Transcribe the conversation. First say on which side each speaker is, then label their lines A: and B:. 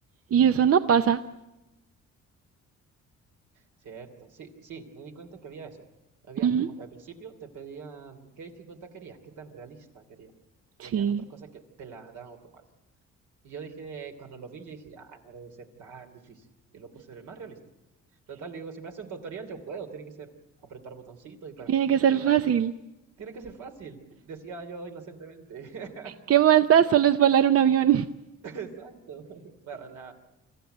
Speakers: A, on the right (about 50°); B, on the right (about 75°).
A: Y eso
B: Mm.
A: no pasa.
B: Cierto, sí, sí, me di cuenta que había eso. Había
A: Ujú.
B: como que al principio te pedían qué dificultad querías, qué tan realista querías.
A: Sí,
B: Y habían otras cosas que te las dan automático. Y yo dije, cuando lo vi, yo dije, ya, no debe ser tan difícil. Y lo puse en el más realista. Total, digo, si me hace un tutorial, yo puedo. Tiene que ser apretar botoncitos y palanquitas
A: Tiene que ser
B: y dale.
A: fácil.
B: Tiene que ser fácil, decía yo inocentemente. <laughs>
A: ¿Qué más da? Solo es volar un avión. <laughs>
B: Exacto, <laughs> para nada.